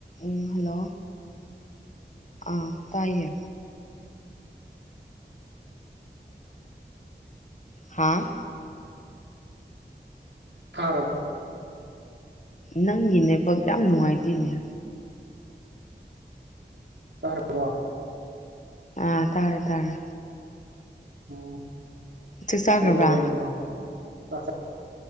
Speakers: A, on the left (about 40°); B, on the right (about 80°).
A: ꯎ ꯍꯜꯂꯣ ꯑ ꯇꯥꯏꯌꯦ ꯍꯥꯥ
B: ꯈꯔ
A: ꯅꯪꯒꯤꯅꯦꯕ ꯌꯥꯝ ꯅꯨꯡꯉꯥꯏꯇꯦꯅꯦ
B: ꯀꯔ
A: ꯑꯥ ꯇꯥꯔꯦ ꯇꯥꯔꯦ
B: ꯑ
A: ꯆꯥꯛ ꯆꯥꯈ꯭ꯔꯕ꯭ꯔꯥ
B: ꯀꯩꯗꯧꯔꯃꯤꯅ ꯑ